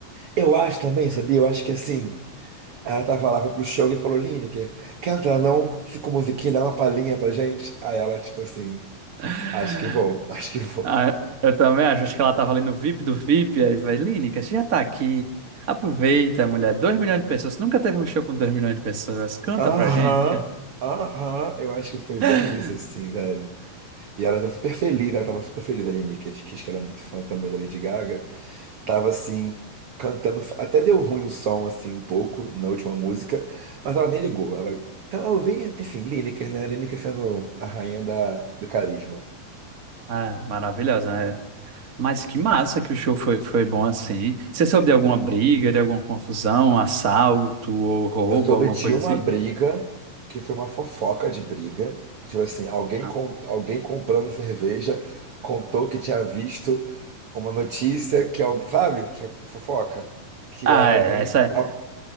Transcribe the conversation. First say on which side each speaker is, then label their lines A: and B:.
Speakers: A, on the right; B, on the right.
A: Eu acho também, sabia? Eu acho que assim, ela tava lá, foi pro show e falou: Lineker, quer entrar não? Cinco musiquinhas, dá uma palhinha pra gente. Aí ela, tipo assim,
B: <laughs>
A: acho que vou, <laughs> acho que vou.
B: Ah, eu também acho, acho que ela tava ali no VIP do VIP, aí vai, Lineker, você já tá aqui. Aproveita, mulher. 2 milhões de pessoas. Nunca teve um show com 2 milhões de pessoas. Canta
A: Aham,
B: pra gente.
A: aham, eu acho que foi bem
B: <laughs>
A: isso, assim, velho. E ela tava super feliz, ela tava super feliz ali, Nick, acho que acho que ela é muito fã também da Lady Gaga. Tava, assim, cantando, até deu ruim o som, assim, um pouco, na última música, mas ela nem ligou. Ela, então, ela ouvia, enfim, Lineker, né? Lineker sendo a rainha da, do carisma.
B: Ah, maravilhosa, né? Mas que massa que o show foi, foi bom assim. Você soube de alguma briga, de alguma confusão, assalto ou roubo,
A: Eu soube
B: alguma
A: de
B: coisa
A: uma
B: assim?
A: briga que foi uma fofoca de briga. Tipo assim, alguém,
B: Não.
A: con- alguém comprando cerveja contou que tinha visto uma notícia que alguém, sabe, essa fofoca, que
B: Ah,
A: era alguém
B: é, essa é.
A: a-